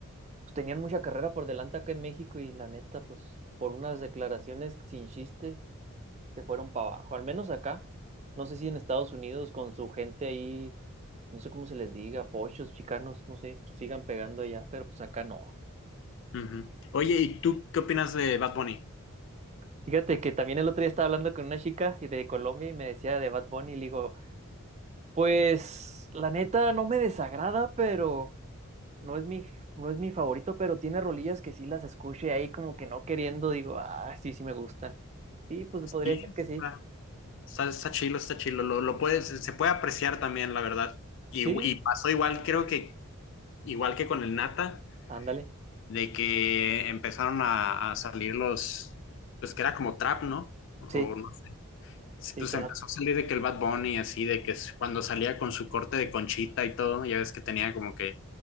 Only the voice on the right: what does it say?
pues tenían mucha carrera por delante acá en México y la neta, pues por unas declaraciones sin chiste, se fueron para abajo, al menos acá. No sé si en Estados Unidos con su gente ahí, no sé cómo se les diga, pochos, chicanos, no sé, pues, sigan pegando allá, pero pues acá no.
Fíjate que también el otro día estaba hablando con una chica de Colombia y me decía de Bad Bunny y le digo, pues la neta no me desagrada, pero no es mi, no es mi favorito, pero tiene rolillas que sí las escucho y ahí como que no queriendo digo, ah, sí, sí me gustan. Sí, pues podría
decir que sí.
Sí,
ándale.
Sí,
sí,
trap.